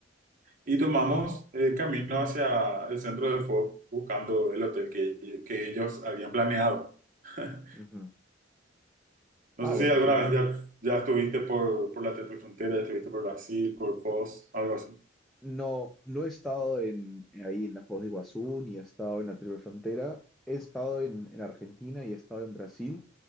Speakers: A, on the right; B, in the centre.
A: y tomamos eh, camino hacia el centro del fuego buscando el hotel que, que ellos habían planeado. <laughs>
B: Ujú.
A: No
B: Ah,
A: sé
B: bueno,
A: si alguna
B: es una...
A: vez ya, ya estuviste por, por la Triple Frontera, ya estuviste por Brasil, por Foz, algo así.
B: No, no he estado en, ahí en la Foz de Iguazú, ni he estado en la Triple Frontera. He estado en, en Argentina y he estado en Brasil,